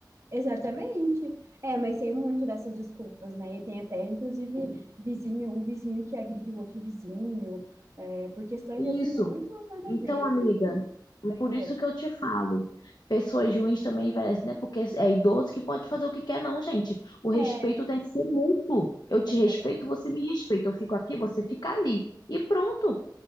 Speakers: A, on the right; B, on the left.
A: Exatamente. É, mas tem muito dessas desculpas, né? E tem até, inclusive, vizinho, um vizinho que agride o outro vizinho, é, por questões
B: Isso.
A: assim, muito nada
B: Então,
A: a ver.
B: amiga, é por
A: Oi.
B: isso que eu te falo. Pessoas ruins também envelhecem, né? Porque é idoso que pode fazer o que quer, não, gente. O respeito
A: É,
B: tem que ser mútuo. Eu te
A: exatamente.
B: respeito, você me respeita. Eu fico aqui, você fica ali. E pronto.